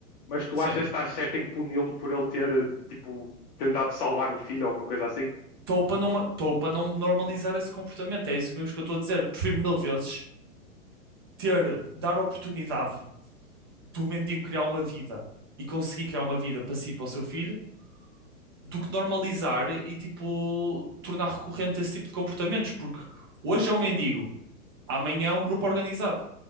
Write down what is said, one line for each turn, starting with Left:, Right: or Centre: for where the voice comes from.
Left: mas tu
Right: Sim.
Left: achas que estás certo em puni-lo por ele ter tipo tentado salvar o filho ou alguma coisa assim?
Right: Estou para não, estou para não normalizar esse comportamento, é isso mesmo que eu estou a dizer. Prefiro mil vezes ter, dar oportunidade do mendigo criar uma vida e conseguir criar uma vida para si e para o seu filho, do que normalizar e tipo tornar recorrente esse tipo de comportamentos, porque hoje é um mendigo, amanhã é um grupo organizado.